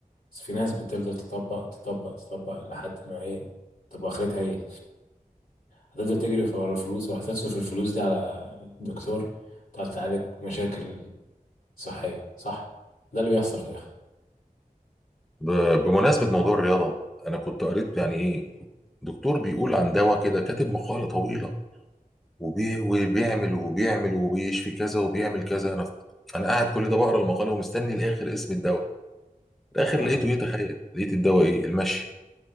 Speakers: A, on the left; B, in the centre.
A: بس في ناس بتفضل تطبق تطبق تطبق لحد ما ايه طب اخرتها ايه هتفضل تجري ورا الفلوس وهتصرف الفلوس دي على دكتور تقعد تعالج مشاكل صحية صح ده اللي بيحصل في الاخر
B: ب- بمناسبه موضوع الرياضه انا كنت قريت يعني ايه دكتور بيقول عن دواء كده كاتب مقاله طويله وبي- وبيعمل وبيعمل وبيشفي كذا وبيعمل كذا انا انا قاعد كل ده بقرا المقاله ومستني لاخر اسم الدواء في الاخر
A: اه
B: لقيته ايه تخيل لقيت الدواء ايه المشي